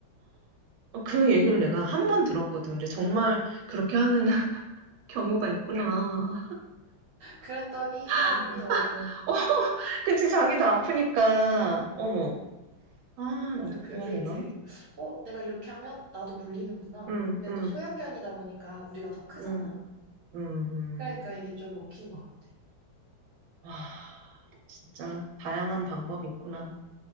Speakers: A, on the right; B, on the right.
A: 어, 그 얘기를 내가 한 번 들었거든. 근데 정말 그렇게 하는 <laughs> 경우가 있구나.
B: 그랬더니
A: 아
B: 안 물더라고.
A: 어, 그치, 자기도 아프니까. 어머. 아,
B: 그래서
A: 나도 그래야
B: 그게
A: 되나?
B: 이제 어, 내가 이렇게 하면 나도 물리는구나.
A: 응,
B: 근데
A: 응,
B: 또 소형견이다 보니까 우리가 더 크잖아.
A: 응, 응.
B: 그러니까
A: 응.
B: 이게 좀 먹힌 것 같아.
A: 아, 진짜 다양한 방법이 있구나.